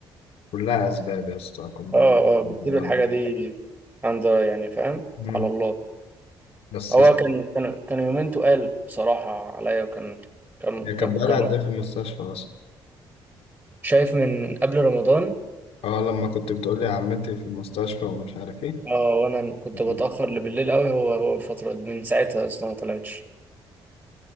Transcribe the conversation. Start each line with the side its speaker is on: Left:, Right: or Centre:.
Left: كلها أسباب يا اسطى كلها
Right: آه آه آه،
Left: أسباب.
Right: بتسيب الحاجة دي عند يعني فاهم
Left: أمم.
Right: على الله
Left: بس
Right: هو كان كان كان يومين تقال بصراحة عليا وكان كان
Left: هي
Right: كان
Left: كانت بقالها
Right: كان
Left: قد إيه في المستشفى أصلا؟
Right: شايف من قبل رمضان
Left: اه لما كنت بتقولي عمتي في المستشفى ومش عارف ايه
Right: اه وأنا كنت
Left: مم.
Right: بتأخر لبالليل قوي هو هو الفترة دي من ساعتها أصلا ما طلعتش